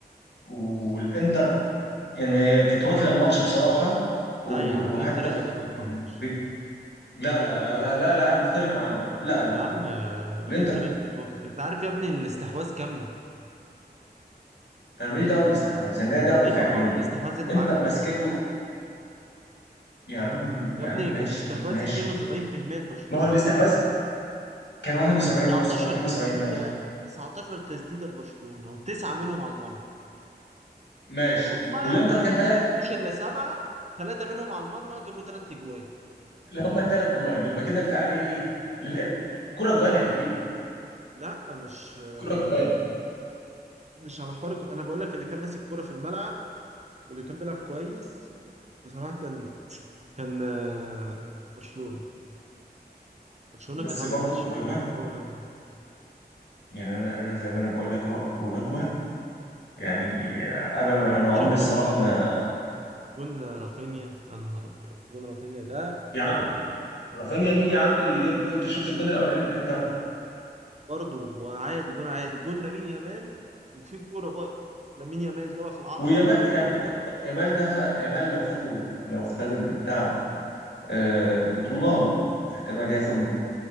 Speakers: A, on the left (about 85°); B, on the right (about 40°).
A: والانتر يعني هي كانت واكله الماتش بصراحه وب-
B: لا يا عم
A: وحتى
B: انتر ايه
A: في
B: اللي كانت واكله
A: يعني
B: الماتش
A: ب... لا لا لا لا لا لا انا مختلف معاك بقى لا لا
B: يا عم
A: لا
B: آه،
A: الانتر
B: انتر ايه اللي كانت واكله انت عارف يا ابني الاستحواذ كام؟
A: انا ماليش دعوه بالاستحواذ انا ليا دعوه بالفعاليه
B: ايوه ما هو الاستحواذ اللي
A: انتر
B: معاك كوره
A: ماسكاكو يا عم
B: يا
A: يا
B: ابني
A: عم ماشي
B: الاستحواذ
A: ماشي
B: 72% لبرشلونه
A: ما هو الاستحواذ كان 71
B: و19
A: ونص او 72
B: تسديده
A: ماشي
B: 19 تسديده لبرشلونه وتسعه منهم على المرمى
A: ماشي
B: هما
A: والانتر
B: ما
A: كان 3
B: ما سددوش الا سبعه ثلاثه منهم على المرمى جابوا ثلاث اجوان
A: اللي هما الثلاث جوان يبقى كده الفعاليه ايه؟ للانتر الكوره جوان يا حبيبي
B: لا مش آه،
A: الكوره جوان
B: مش على حوار الكو- انا بقول لك اللي كان ماسك كوره في الملعب واللي كان بيلعب كويس بصراحة كان كان آه، برشلونة برشلونة
A: بس
B: كانت عاملة
A: برضه
B: ماتش
A: الكوره جوان
B: آه، قوي قوي
A: يعني انا انا زي ما انا بقول لك اهو الكوره جوان يعني انا انا عمري
B: شفت
A: الصراحه
B: جون
A: ما
B: جون رافينيا يا نهار أبيض جون رافينيا ده
A: يا عم رافينيا مين يا عم اللي جاب جون انت شفت الجون الاولاني للانتر
B: برضه وعادي جون عادي جون لامين يامال وفي كورة برضه لامين يامال جابها في العارضة
A: ويامال يامال يامال ده يامال لو خدوا لو خدوا اللي بتاع آه، البطوله احتمال ياخد